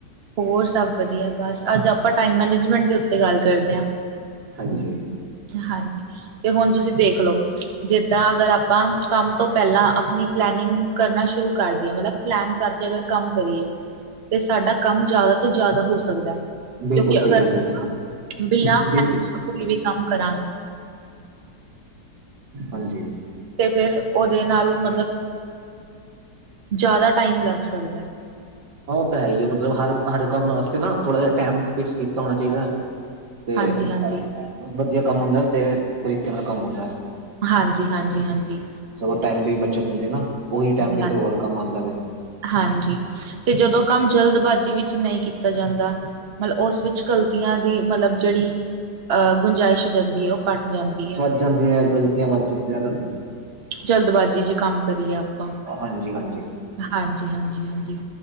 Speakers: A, on the right (about 45°); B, on the right (about 75°).
A: ਹੋਰ ਸਭ ਵਧੀਆ, ਬਸ ਅੱਜ ਆਪਾਂ ਟਾਈਮ ਮੈਨੇਜਮੈਂਟ ਦੇ ਉੱਤੇ ਗੱਲ ਕਰਦੇ ਆ।
B: ਹਾਂਜੀ।
A: ਹਾਂਜੀ, ਤੇ ਹੁਣ ਤੁਸੀਂ ਦੇਖਲੋ, ਜਿੱਦਾਂ ਅਗਰ ਆਪਾਂ ਕੰਮ ਤੋਂ ਪਹਿਲਾਂ, ਆਪਣੀ ਪਲੈਨਿੰਗ ਕਰਨਾ ਸ਼ੁਰੂ ਕਰਦੀ ਆ, ਮਤਲਬ ਪਲੈਨ ਕਰਕੇ ਅਗਰ ਕੰਮ ਕਰੀਏ ਤੇ, ਸਾਡਾ ਕੰਮ ਜਿਆਦਾ ਤੋਂ ਜ਼ਿਆਦਾ ਹੋ ਸਕਦੇ,
B: ਬਿਲਕੁਲ
A: ਕਿਉਂਕਿ
B: ਸਹੀ
A: ਅਗਰ,
B: ਗੱਲ ਹੈ ਜੀ
A: ਬਿੱਲਾਂ
B: ਬਿਲਕੁਲ
A: ਖ ਕੋਈ ਵੀ ਕੰਮ ਕਰਾਂਗੇ।
B: ਹਾਂਜੀ।
A: ਤੇ, ਫਿਰ ਉਹਦੇ ਨਾਲ ਮਤਲਬ, ਜ਼ਾਦਾ ਟਾਈਮ ਲੱਗ ਸਕਦੇ।
B: ਉਹ ਤਾਂ, ਹੈ ਹੀ ਏ, ਮਤਲਬ ਹਰ- ਹਰ ਕੰਮ ਵਾਸਤੇ ਨਾ, ਥੋੜਾ ਜਾ ਟਾਈਮ ਫਿਕਸ ਕੀਤਾ ਹੋਣਾ ਚਾਹੀਦਾ। ਤੇ,
A: ਹਾਂਜੀ ਹਾਂਜੀ
B: ਵਧੀਆ ਕੰਮ ਹੁੰਦਾ ਤੇ, ਤਰੀਕੇ ਨਾਲ ਕੰਮ ਹੁੰਦਾ।
A: ਹਾਂਜੀ-ਹਾਂਜੀ-ਹਾਂਜੀ।
B: ਸਗੋਂ ਟਾਈਮ ਦੀ ਬੱਚਤ ਹੁੰਦੀ ਨਾ, ਉਹੀ ਟਾਈਮ ਕਿਤੇ
A: ਹਾਂਜੀ
B: ਹੋਰ ਕੰਮ ਆਂਦਾ ਵੇ।
A: ਹਾਂਜੀ। ਤੇ, ਜਦੋਂ ਕੰਮ ਜਲਦਬਾਜ਼ੀ ਵਿੱਚ ਨਈ ਕੀਤਾ ਜਾਂਦਾ, ਮਤਲਬ ਉਸ ਵਿੱਚ ਗ਼ਲਤੀਆਂ ਦੀ, ਮਤਲਬ ਜਿਹੜੀ ਅ ਗੁੰਜਾਇਸ਼ ਹੋ ਜਾਂਦੀ ਏ, ਉਹ ਘੱਟ ਜਾਂਦੀ ਏ।
B: ਵੱ ਜਾਂਦੀਆਂ ਹੈ, ਗਲਤੀਆਂ ਵੱਧ ਜਾਂਦੀਆਂ ਅਗਰ
A: ਜਲਦਬਾਜ਼ੀ 'ਚ ਕੰਮ ਕਰੀਏ ਆਪਾ
B: ਹਾਂਜੀ-ਹਾਂਜੀ।
A: ਹਾਂਜੀ-ਹਾਂਜੀ-ਹਾਂਜੀ,